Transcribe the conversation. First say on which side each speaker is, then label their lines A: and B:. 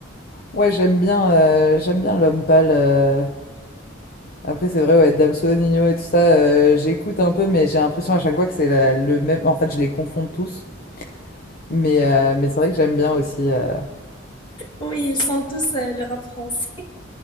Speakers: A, on the left; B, on the left.
A: ouais, j'aime bien, euh, j'aime bien l'homme pâle. euh. Après, c'est vrai, ouais, Damso, Nino et tout ça, euh, j'écoute un peu, mais j'ai l'impression à chaque fois que c'est la- le même. En fait, je les confonds tous, mais, euh, mais c'est vrai que j'aime bien aussi. euh,
B: Oui, ils sont tous euh, le rap français.